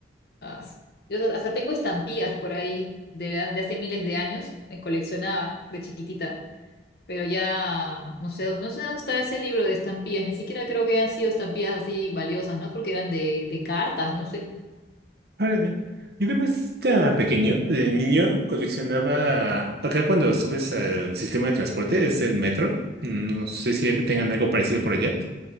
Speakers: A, on the left; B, on the right.
A: Ah, sí. yo hasta hasta tengo estampillas por ahí de, la- de hace miles de años, me coleccionaba de chiquitita, pero ya no sé, dó- no sé dónde estará ese libro de estampillas, ni siquiera creo que hayan sido estampillas así valiosas, ¿no? Porque eran de, de cartas, no sé.
B: Órale. Yo además estaba pequeño, de niño, coleccionaba, acá cuando subes al sistema de transporte, es el metro, mm, no sé si tengan algo parecido por allá,